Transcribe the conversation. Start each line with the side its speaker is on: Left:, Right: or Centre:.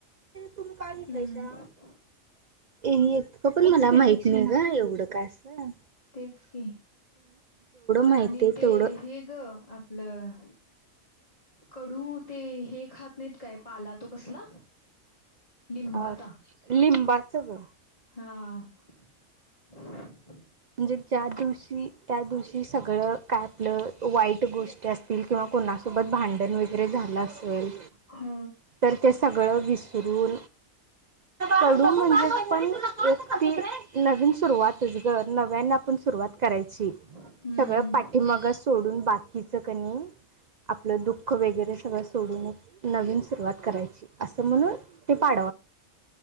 Left: हम्म
Right: तुम्ही काय घेतलायसा? ए येत प पण मला माहित नाही ग एवढं काय असंत
Left: तेच की
Right: माहिती
Left: आणि
Right: आहे
Left: ते
Right: तेवढं
Left: हे ग आपलं कडू ते हे खात नाहीत काय पाला तो कसला लिंबाचा
Right: अ लिंबाचं ग
Left: हा -
Right: म्हणजे ज्या दिवशी त्या दिवशी सगळं काय आपलं वाईट गोष्ट असतील किंवा कोणासोबत भांडण वगैरे झालं असेल
Left: ह
Right: तर ते सगळं विसरू कडु म्हणजे पण एक तीनवीन सुरवात नव्यान आपण सुरुवात करायची
Left: हम्म
Right: सगळं. पाठीमाग सोडून ब हीच कणी आपलं दुःख वगैरे सगळ सोडून एक नवीन सुरवात करायची असं म्हणून ते पाठी